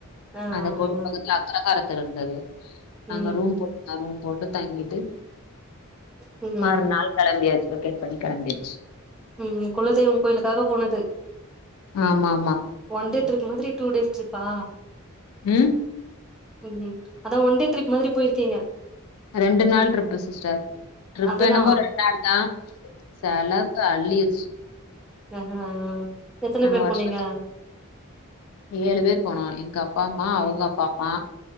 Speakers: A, in the centre; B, on the left (about 85°).
A: ஆ
B: அந்த கோவில்
A: ஆ
B: பக்கத்துல அக்ரஹார தெரு இருந்தது
A: ம்
B: அங்க ரூம் போட் அ ரூம் போட்டு தங்கிட்டு
A: ம்
B: மறுநாள் களம்பியாச்சி வெக்கெட் பண்ணி கெளம்பியாச்சி
A: ம் குலதெய்வம் கோயிலுக்காக போனது
B: ஆமா ஆமா
A: ஒன் டே ட்ரிப் மாதிரி டூ டேஸ் ட்ரிப்பா
B: ம்
A: ம் ம் அதா ஒன்டே ட்ரிப் மாதிரி போயிருக்கிங்க
B: ரெண்டு நாள் ட்ரிப்பு சிஸ்டர் ட்ரிப்
A: அதுதா
B: என்னமோ ரெண் நாள்தா செல வு அள்ளிருச்சி
A: அ ஆ எத்தன
B: நா
A: பேர்
B: வருஷத்துக்
A: போனீங்க
B: ஏழு பேரு போனோ எங்க அப்பா அம்மா அவுங்க அப்பா அம்மா